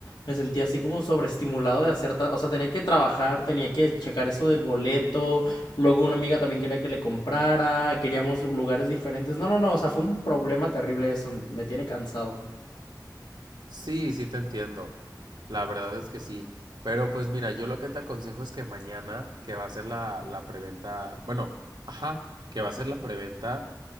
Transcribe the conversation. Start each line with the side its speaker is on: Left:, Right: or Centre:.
Left: Me sentí así como sobreestimulado de hacer, ta- o sea, tenía que trabajar, tenía que checar eso del boleto. Luego una amiga también quería que le comprara, queríamos lugares diferentes. No, no, no, o sea, fue un problema terrible eso, me tiene cansado.
Right: Sí, sí te entiendo. La verdad es que sí. Pero pues mira, yo lo que te aconsejo es que mañana, que va a ser la, la preventa, bueno, ajá, que va a ser la preventa,